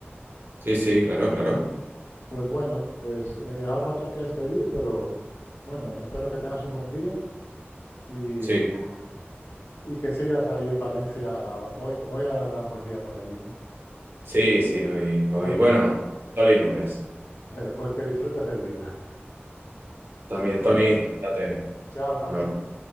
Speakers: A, on the right; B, on the left.
A: Sí, sí, claro, claro.
B: Pues bueno, pues eh, ahora me tengo que despedir, pero bueno, espero que tengas un buen día y,
A: Sí,
B: y que sigas ahí en Valencia. Hoy, te- hoy hará un buen día por allí, ¿no?
A: sí, sí, hoy, hoy,
B: Pues,
A: bueno, sol y nubes.
B: eh, pues que disfrutes el día.
A: También,
B: Bueno,
A: Tony, cuídate.
B: chao, Rafa.
A: Un abrazo.